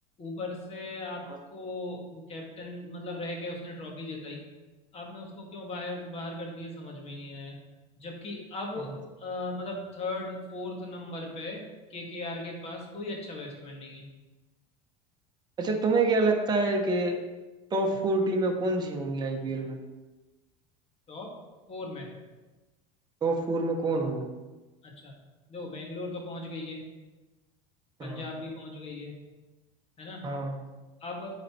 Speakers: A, on the left (about 35°); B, on the right (about 25°).
A: ऊपर से आपको
B: हाँ,
A: कैप्टन मतलब रह के उसने ट्रॉफी जिताई आपने उसको क्यों बाहर बाहर कर दिया समझ में ही नहीं आया जबकि अब
B: हाँ।
A: अ, मतलब थर्ड फोर्थ नंबर पे केकेआर के पास कोई अच्छा बैट्समैन नहीं है
B: अच्छा तुम्हें क्या लगता है कि टॉप फोर टीमें कौन सी होंगी आईपीएल में
A: टॉप फोर में
B: टॉप फोर में कौन होगा
A: अच्छा दो बेंगलोर तो पहुंच गई है पंजाब
B: हाँ
A: भी पहुंच गई है है ना
B: हाँ
A: अब